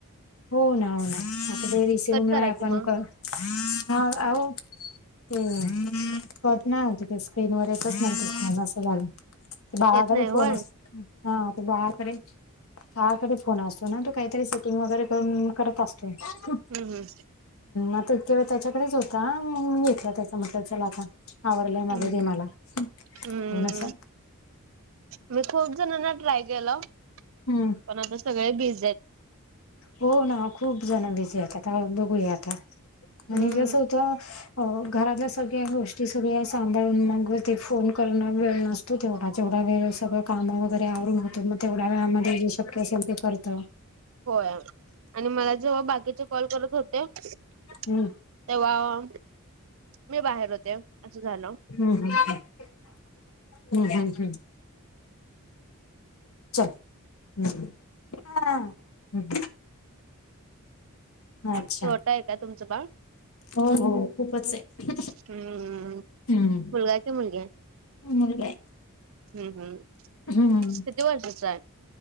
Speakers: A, on the left (about 70°); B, on the right (about 60°).
A: हो ना हो ना आता ते रिसिव
B: कट
A: नाय
B: करा की
A: <unintelligible>
B: मग.
A: हा आवो ते करत नाही ते स्क्रीन वर येतचछ असं घल <unintelligible> बाळाकडे
B: येत नाही
A: फोन
B: होय.
A: ये हा ते बाळकडे बाळकडे फोन असतो ना तू काहीतरी सेटिंग वगैरे कर करत असतो <unintelligible>
B: हम्म हम्म
A: आता इतका वेळ त्याच्याकडेच होता मग मी घेतला त्याचा म्हटलं त्याला आता आवरलय माझ
B: हम्म.
A: दे मला थोडस
B: हम्म मी खूप जणांना ट्राय केलं
A: हम्म
B: पण आता सगळे भिज आहेत
A: हो ना खूप जण बिझी आहेतता आता बघूया आता आणि
B: हम्म
A: जस होतं. हो घरातल्या सगळ्या गोष्टी सगळ्या सांभाळून मग व ते फोन करणं वेळ नसतो त तेवढा जेवढा वेळ सगळं कामं वगैरे आवरून होतो मग तेवढ्या वेळामध्ये जे शक्य असेल ते करतं
B: होय आणि मला जेव्हा बाकीचे कॉल करत होते तेव्हा
A: हम्म
B: मी बाहेर होते असं झाल
A: हम्म हम् ह् हम् हम् हम् चल ह् ह ह अच्छा
B: छोट आहे का तुमचं बाळ.
A: हो हो खूपच आहे
B: हम्म
A: हम्म
B: मुलगा आहे की मुलगी आहे
A: मु आहे
B: हम्म हम्म
A: हम्म
B: किती वर्षाचा आहे